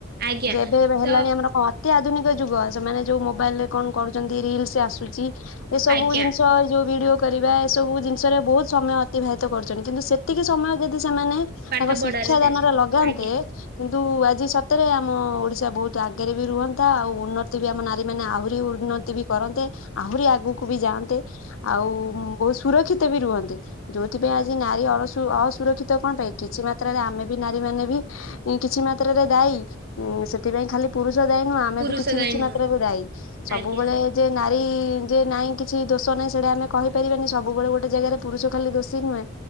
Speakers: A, on the right; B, on the left.
A: ଆଜ୍ଞା
B: ଯେବେ ଏବେ ହେଲାଣି
A: ତ
B: ଆମର କଣ- ଅତି ଆଧୁନିକ ଯୁଗ ସେମାନେ ଯୋଉ ମୋବାଇଲ ରେ କଣ କରୁଛନ୍ତି? ରିଲସ ଆସୁଛି। ଏ ସବୁ
A: ଆଜ୍ଞା
B: ଜିନିଷ ଏ ଯୋଉ ଭିଡିଓ। କରିବା ଏସବୁ ଜିନିଷରେ ବହୁତ ସମୟ ଅତିବାହିତ କରୁଛନ୍ତି କିନ୍ତୁ ସେତିକି ସମୟ ଯଦି ସେମାନେ-
A: ପାଠ
B: ତାଙ୍କ ଶିକ୍ଷା
A: ପଢ଼ାରେ
B: ଦାନରେ
A: ଦେବେ
B: ଲଗାନ୍ତେ।
A: ଆଜ୍ଞା
B: କିନ୍ତୁ ଆଜି ସତରେ ଆମ ଓଡିଶା ବହୁତ ଆଗରେ ବି ରୁହନ୍ତା ଆଉ ଉନ୍ନତି ବି ଆମ ନାରୀ ମାନେ ଆହୁରି ଉନ୍ନ- ତି ବି କରନ୍ତେ ଆହୁରି ଆଗକୁ ବି ଯାଆନ୍ତେ। ଆଉ ବହୁତ ସୁରକ୍ଷିତ ବି ରୁହନ୍ତେ। ଯୋଉଥିପାଇଁ ଆଜି ନାରୀ ଅ ଅସୁରକ୍ଷିତ କଣ ପାଇଁ। କିଛି ମାତ୍ରାରେ ଆମେ ବି ନାରୀ ମାନେ ବି କିଛି ମାତ୍ରାରେ ଦାୟୀ। ସେ- ସେଥିପାଇଁ ଖାଲି ପୁରୁଷ ଦାୟୀ ନୁହଁ ଆମେ
A: ପୁରୁଷ
B: ବି କିଛି
A: ଦାୟୀ
B: କିଛି
A: ନୁହଁ
B: ମାତ୍ରରେ ଦାୟୀ। ସବୁବେଳେ-
A: ଆଜ୍ଞା
B: ଯେ ନାରୀ ଯେ ନାଇଁ କିଛି ଦୋଷ ନାହିଁ ସେଇଟା ଆମେ କହିପାରିବାନି ସବୁବେଳେ ଗୋଟେ ଜାଗାରେ ପୁରୁଷ ଖାଲି ଦୋଷୀ ନୁହେଁ।